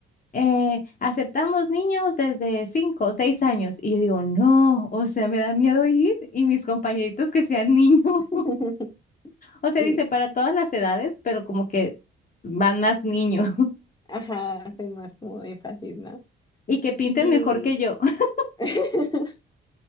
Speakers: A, on the left (about 45°); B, on the left (about 20°).
A: eh, aceptamos niños desde 5, o 6 años. Y yo digo, no, o sea, me da miedo ir y mis compañeritos que sean <laughs> niños.
B: <laughs>
A: O sea,
B: Y,
A: dice para todas las edades, pero como que van más niños <laughs>
B: ajá, hacen más como énfasis, ¿no?
A: y que pinten
B: Sí.
A: mejor que yo. <laughs>
B: <laughs>